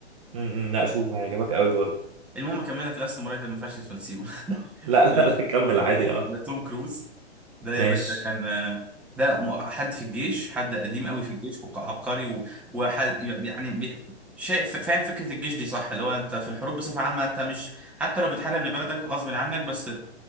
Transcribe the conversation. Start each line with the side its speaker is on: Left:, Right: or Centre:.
Right: م- م، لا شوفه هيعجبك قوي برضه
Centre: المهم أكملك لاست ساموراي ده ما ينفعش تسيبه <laughs>
Right: <laughs> لا لا
Centre: ده لاست
Right: لا كمل
Centre: ساموراي
Right: عادي
Centre: ده
Right: اه
Centre: ده توم كروز ده يا
Right: ماشي
Centre: باشا كان آه، ده م- حد في الجيش حد قديم قوي في الجيش وعبقري و- وحد يعني بي- شايف فاهم فكرة الجيش دي صح اللي هو أنت في الحروب بصفة عامة أنت مش حتى لو بتحارب لبلدك غصب عنك بس